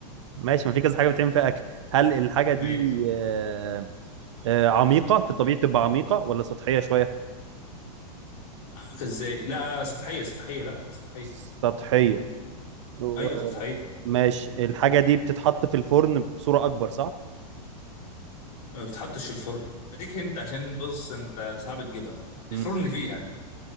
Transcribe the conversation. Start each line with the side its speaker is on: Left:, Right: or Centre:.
Right: ماشي ما في كذا حاجه بتعمل فيها اكل هل الحاجه دي
Left: ماشي
Right: آه، آه، عميقه في الطبيعي بتبقى عميقه ولا سطحيه شويه
Left: عملتها ازاي لا سطحية سطحية لا سطحية
Right: سطحيه و-
Left: ايوه سطحية
Right: ماشي الحاجه دي بتتحط في الفرن بصوره اكبر صح
Left: ما بتحطش في الفرن اديك هنت عشان بص انت صعب تجيبها
Right: مم.
Left: الفرن فيها